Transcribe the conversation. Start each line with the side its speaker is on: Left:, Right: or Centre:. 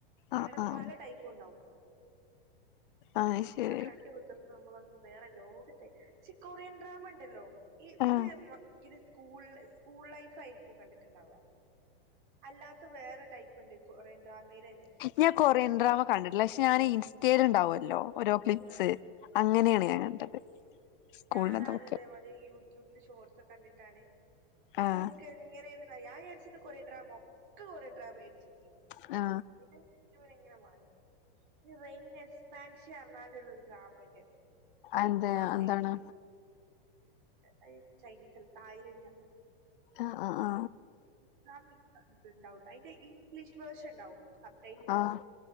Left: ആഹ്
Right: അങ്ങനെ
Left: ആഹ് ആഹ്
Right: പല ടൈ പ്പു ഉണ്ടാവും
Left: ആഹ്
Right: ഒക്ക
Left: ശരി
Right: കണ്ട്‌വ് ന്ന് നമ്മളങ്ങ് വേറെ ലോകത്തെ ചി കോറിയൻ ഡ്രാമ ഇണ്ടല്ലോ ഈ
Left: ആഹ്
Right: ഈ ഭയങ്കര കൂൾ സ്കൂൾ ലൈഫ് ആയിരിക്കും കണ്ടിട്ട്ണ്ടാവ അല്ലാത്ത വേറെ ടൈപ്പ് ഇണ്ട് കൊറിയൻ ഡ്രാമെലെന്നെ
Left: ഞാൻ കൊറിയൻ ഡ്രാമ കണ്ടിട്ടില്ല പക്ഷെ ഞാന് ഇൻസ്റ്റേല്ണ്ടാവോല്ലോ ഓരോ ക്ലിപ്സ്
Right: ആ
Left: അങ്ങനെണ് ഞാൻ കണ്ടത് സ്കൂളിനതൊക്കെ
Right: ഞാന ആദ്യ ഇതേ മാതിരി യൂട്യൂബില് ഷോർട്സ് കണ്ടിട്ടാണ് അപ്പൊ
Left: ആഹ്
Right: ഇൻക് ഇങ്ങനെണ് <unintelligible> ഞാൻ വിചാരിച് കൊറിയൻ ഡ്രാമ ഒക്ക കൊറിയൻ ഡ്രാമെ വിചാരിച്ക്കെനി
Left: ആ
Right: പിന്നെ ഇങ്ങനെ മാറി ഈ റൈനിനെ സ്പേൻഷി പർഞാണ്ട്ള്ളര് ഡ്രമ ഇണ്ട്
Left: എന്ത
Right: <unintelligible>
Left: എന്താണ്
Right: അത് ചൈനീസ അല്ല തായ്‌ലന്റ
Left: ആ ആ ആ
Right: ഇസ്ലാമിൽ <unintelligible> ഇണ്ടാവും അയിന്റെ ഇംഗ്ലീഷ് വേർഷൻ ഇണ്ടാവും സബ്ടൈറ്റില്ന്ന്
Left: ആഹ്